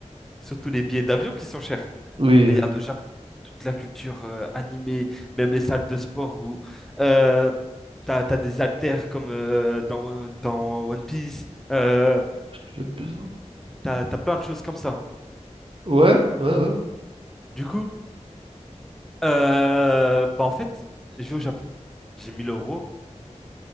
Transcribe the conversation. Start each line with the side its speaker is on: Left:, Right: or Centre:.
Centre: surtout les billets d'avion qui sont chers.
Right: Oui,
Centre: Regarde
Right: oui,
Centre: au Japon, toute la culture euh, animée, même les salles de sport où euh, t'as, t'as des haltères comme euh, dans, dans One Piece, euh,
Right: j'ai besoin.
Centre: t'as, t'as plein de choses comme ça.
Right: Ouais, ouais, ouais.
Centre: Du coup, euh, bah en fait, je vais au Japon. J'ai 1000 euros,